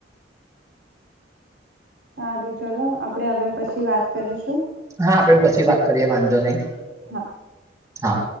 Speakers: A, on the right; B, on the right.
A: સારું ચલો આપડે હવે પછી વાત કરીશું
B: હા આપડે પછી વાત કરીએ વાંધો નહી
A: હા.
B: હા